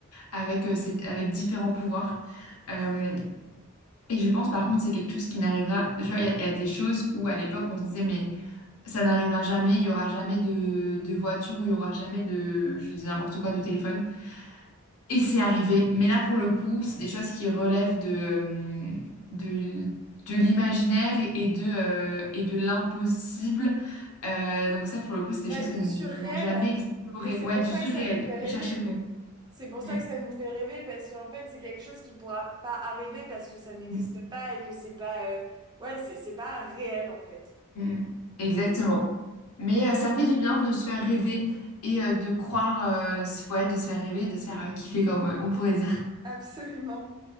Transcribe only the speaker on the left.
avec, euh, ces- avec différents pouvoirs. Euh, et je pense par contre, c'est quelque chose qui n'arrivera. Tu vois, il y, a il y a des choses où à l'époque on se disait, mais. Ça n'arrivera jamais, il y aura jamais de, de voiture ou il y aura jamais de, je dis n'importe quoi, de téléphone. Et c'est arrivé. Mais là, pour le coup, c'est des choses qui relèvent de, euh, de, l- de l'imaginaire et et de, euh, et de l'impossible. Euh, donc ça, pour le coup, c'est des
choses
que nous
ne pouvons jamais explorer.
Ouais,
du
surréel.
Chercher le mot.
Mm,
mm,
mm. mm. Exactement. Mais euh, ça fait du bien de se faire rêver et euh, de croire, euh, de se- ouais, de se faire rêver, de se faire euh, kiffer, comme euh, on pourrait dire.